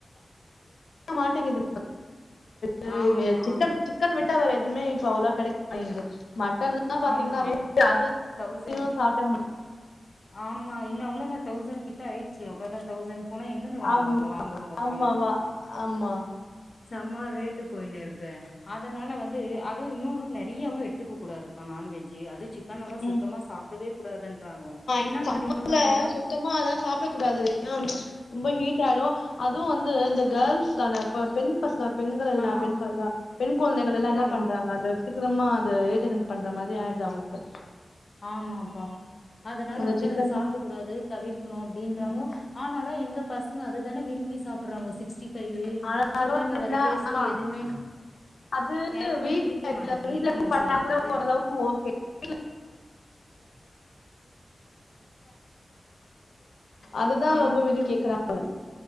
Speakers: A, on the left (about 85°); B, on the left (about 50°).
A: மாட்டேங்குது <inaudible> து
B: ஆமா
A: சிக்கன் சிக்கன் விட்ட வேற எதுவுமே இப்ப அவ்ளோ கெடைக்க <inaudible> மட்டன் என்ன பாத்திங்கன்னா
B: ஆமா
A: ரே அது
B: தௌசண்ட்
A: சாப்பிட <inaudible>
B: ஆமா இன்னு அவ்வளோதா தௌசண்ட் கிட் கிட்ட ஆயிடுச்சு அவ்வளோதா தௌசண்ட் போனா எங்கிருந்து வாங்குவாங்க
A: ஆம்
B: வாங்குறோங்க
A: ஆமாவா
B: பாவோ
A: ஆமா
B: சம்மா ரேட்டு போயின்னுருக்க அதனால வந்து அதுவு இன்னொன்னு நெறையாவு எடுத்துக்க கூடாது ப்ப நான்வெஜ்ஜு அது சிக்கன் அல்லா சுத்தமா
A: ம்
B: சாப்படவே கூடாதுன்றாங்கோ
A: <inaudible>
B: என்னா பண்ணிட்டோ நம்பல்லா
A: சுத்தமா அதா சாப்பட கூடாது என்னா ரொம்ப ஹீட் ஆயிடு அதூ வந்து இந்த கேர்ள்ஸ் அந்த ப பெண் பச பெண்கள் எல்லா
B: ஆமா
A: பெண் ப தா பெண் கொழந்தைகள் எல்லா என்ன
B: ஆமாப்பா
A: பண்றாங்க அது சீக்கரமா அது ஏஜ் அட்டன் பண்ற மாரி ஆயிடுது அவங்களுக்கு
B: ஆமாப்பா அதனால
A: அந்த
B: வந்து
A: சிக்கன்லா
B: அது சாப்பட கூடாது தவிர்க்கணு அப்படின்றாங்கோ
A: ம்
B: ஆனால எங்க பசங்க அது தானே விரும்பி சாப்படறாங்கோ சிக்ஸ்டி தயிறு
A: ஆனா
B: சிக்கன்ல
A: என்ன
B: வர டேஸ்ட்
A: ஆமா
B: எதுமே
A: அது
B: யாருக்குமே
A: <inaudible>
B: புடிக்க மாட்டேன்து என்னாங்கோ
A: பண்ணா
B: செய்றது
A: கூட ஓரளவுக்கு ஓகே <inaudible> அதுதா
B: ஆ
A: ரொம்ப <inaudible> கேக்றாக